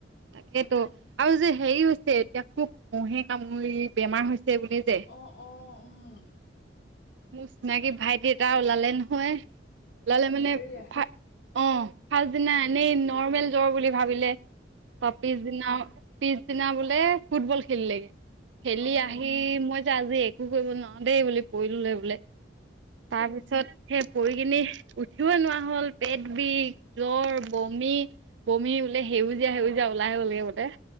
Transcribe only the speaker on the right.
তাকেইতো আৰু যে হেৰি হৈছে এতিয়া খুব মহে কামুৰি বেমাৰ হৈছে। সেই বুলি যে।
মোৰ চিনাকি ভাইটি এটা ওলালে নহয়, ওলালে
মানে
অ' ফাৰ্ষ্ট দিনা এনেই নৰ্মেল জ্বৰ বুলি ভাবিলে অ' পিছদিনা পিছ পিছদিনা বোলে ফুটবল খেলিলেগে, খেলি
আহি মই আজি একো কৰিব নোৱাৰো দেই বুলি। বঢ়িললে বোলে তাৰ পিছত
সেই বঢ়ি খিনি উঠিব নোৱাৰা হ'ল, পেট বিষ জ্বৰ, বমি। বমি বোলে সেউজীয়া সেউজীয়া ওলাই বোলে গোটেই।